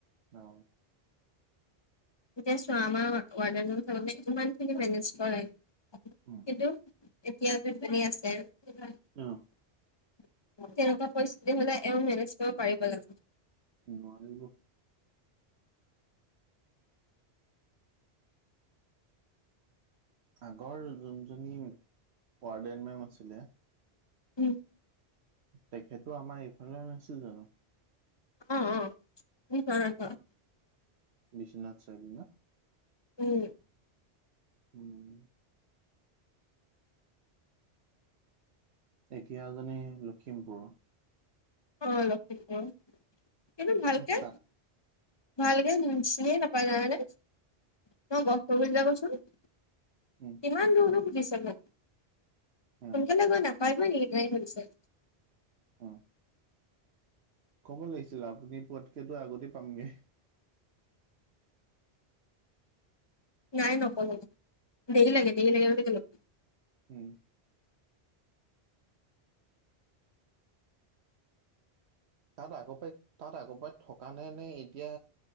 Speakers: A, on the right (about 75°); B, on the left (about 30°).
A: অ
B: এতিয়া চোৱা আমাৰ ৱাৰডেনে কিমানখিনি মেনেজ কৰে, কিন্তু
A: উম
B: এতিয়া জোনজনী আছে তেনেকুৱা
A: অ
B: পৰিস্থিতি হ'লে এওঁ মেনেজ কৰিব পাৰিব জানো?
A: নোৱাৰিব। আগৰ জোনজনী ৱাৰ্ডেন মেম আছিলে
B: উম।
A: তেখেতো আমাৰ এইফালে নাছিল জানো?
B: অ', অ'। <unintelligible>
A: বিশ্বনাথ চাৰিআলি ন'?
B: উম।
A: উম। এতিয়াৰজনী লখিমপুৰৰ।
B: অ' লখিমপুৰ, কিন্তু ভালকে
A: উম, তাত
B: ভালকে চিনিয়ে নাপায় জানানে? তুমি লগ কৰিব যাবাচুন। কিমান
A: উম
B: দূৰোনো সুধিছে মোক,
A: অ
B: সোনকালে গৈ না পাৰিবি নি সেইটোহে সুধিছে।
A: অ'। ক'ব লাগিছিল, আপুনি পোৱাতকেতো আগতে পামগে।
B: নাই নকলে, দেৰি লাগে, দেৰি লাগে বুলি কলোঁ।
A: হুম। তাত আগৰপৰা তাত আগৰপৰাই থকা নে নে এতিয়া